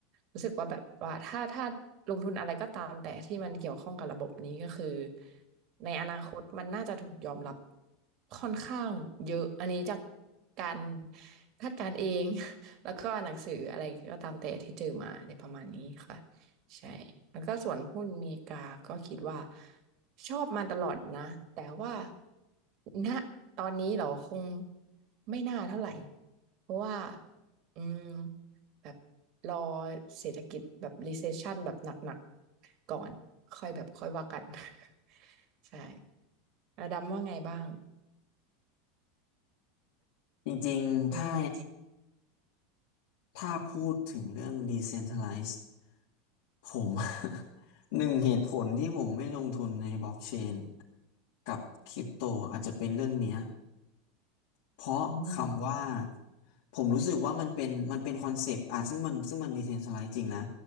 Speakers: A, on the right; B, on the left.
A: รู้สึกว่าแบบว่าถ้าถ้าลงทุนอะไรก็ตามแต่ที่มันเกี่ยวข้องกับระบบนี้ก็คือในอนาคตมันน่าจะถูกยอมรับค่อนข้างเยอะอันนี้จากการคาดการณ์เอง <laughs> แล้วก็หนังสืออะไรก็ตามแต่ที่เจอมาในประมาณนี้ค่ะใช่แล้วก็ส่วนหุ้นอเมริกาก็คิดว่าชอบมาตลอดนะแต่ว่าณตอนนี้เหรอคงไม่น่าเท่าไหร่เพราะว่าอืมแบบ รอเศรษฐกิจแบบ recession แบบหนักๆก่อนค่อยแบบค่อยว่ากัน <laughs> ใช่แล้วดำว่าไงบ้าง
B: จริงๆถ้า
A: อืม
B: ถ้าพูดถึงเรื่อง decentralized ผม <laughs> หนึ่งเหตุผลที่ผมไม่ลงทุนในบล็อกเชนกับคริปโตอาจจะเป็นเรื่องเนี้ย เพราะคำว่า
A: อืม
B: ผมรู้สึกว่ามันเป็นมันเป็นคอนเซปต์อ่ะซึ่งมันซึ่งมันดีเทนสไลด์จริงนะ